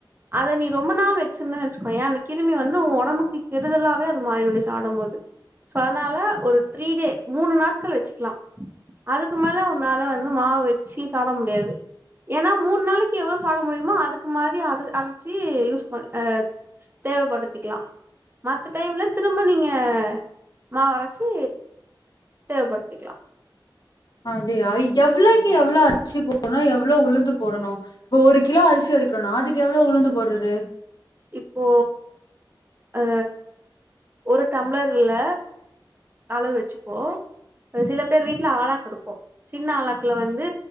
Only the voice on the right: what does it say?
அத நீ ரொம்ப நாள் வெச்சிருந்தன்னு வச்சுக்கோ ஏன் அந்த கிருமி வந்து ஒடம்புக்கு கெடுதலாவே அது மாய நீ சாடும் போது அதனால ஒரு த்ரீ டே மூணு நாட்கள் வச்சுக்கலா அது அதுக்கு மேல உன்னால வந்து மாவு வெச்சு சாப்ட முடியாது ஏன்னா மூணு நாளைக்கு எவ்ளவு சாப்ட முடியுமோ அதுக்கு மாரி அரச்சி யூஸ் பண் தேவப்படுத்திக்கலா ம டைம்ல திரும்ப நீங்க மாவு அரச்சி தேவப்படுத்திக்கலாம
இப்போ அ ஒரு டம்ளர்ல அளவு வச்சுக்கோ சில பேர் வீட்ட ஆளாக் இருக்கு சின்ன ஆளாக்ல வந்து